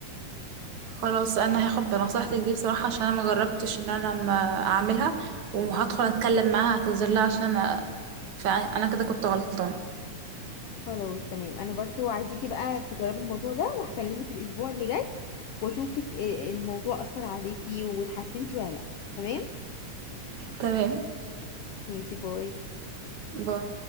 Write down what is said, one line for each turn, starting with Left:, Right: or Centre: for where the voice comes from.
Right: خلاص انا هاخد بنصيحتك دي بصراحة عشان انا ما جربتش ان انا ما اعملها وهدخل اتكلم معاها اعتذر لها عشان أ- فانا كده كنت غلطانة
Left: خلاص تمام انا برضو عايزاكي بقى تجربي الموضوع ده وهكلمك الاسبوع اللي جاي واشوفك آه، الموضوع اثر عليكي واتحسنتي ولا لا تمام
Right: تمام
Left: ماشي باي
Right: باي